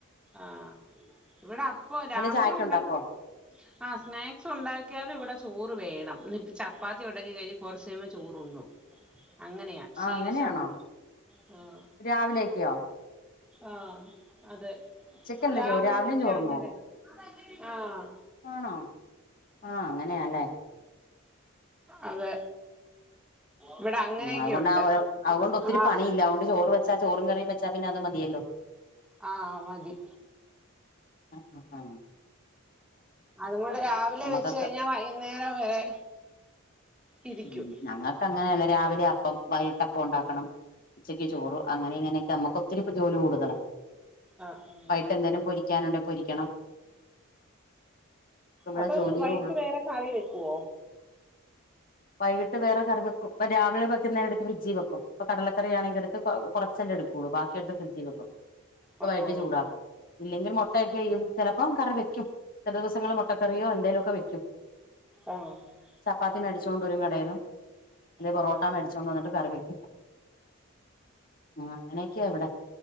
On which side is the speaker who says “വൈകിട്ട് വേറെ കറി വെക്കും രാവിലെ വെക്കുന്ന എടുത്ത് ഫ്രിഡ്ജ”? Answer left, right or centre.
Left